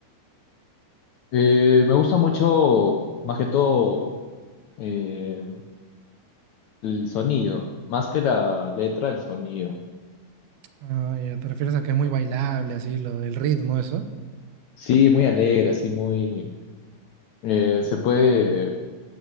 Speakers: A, on the left; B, on the right.
A: Eh, me gusta mucho, más que todo, eh, el sonido, más que la letra, el sonido.
B: Ah, ya, te refieres a que es muy bailable, así, lo, el ritmo, eso.
A: Sí, muy alegre, así muy... eh, se puede,